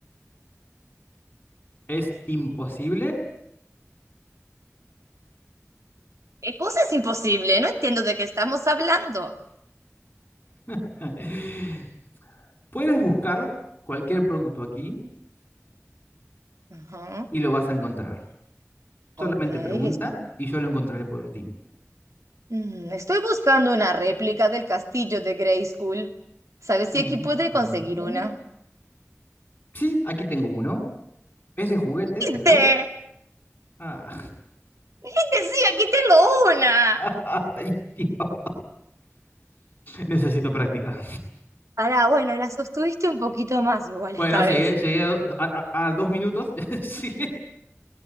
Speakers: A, on the left; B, on the right.
A: ¿Es imposible?
B: ¿Qué cosa es imposible? No entiendo de qué estamos hablando.
A: <laughs> Puedes buscar cualquier producto aquí
B: Ajá.
A: y lo vas a encontrar. Solamente
B: Ok,
A: pregunta
B: esto.
A: y yo lo encontraré por ti.
B: Mm, estoy buscando una réplica del castillo de Grayskull. ¿Sabes si
A: Mm,
B: aquí podré
A: mm.
B: conseguir una?
A: Sí, aquí tengo uno. Es de juguete,
B: ¡Viste!
A: pero... ah,
B: ¡Viste! Sí, aquí tengo una.
A: <laughs> Ay, Dios, Necesito práctica.
B: Ahora, bueno, la sostuviste un poquito más igual
A: Bueno,
B: esta
A: llegué,
B: vez.
A: llegué a, do- a- a- a dos minutos. <laughs> Sí.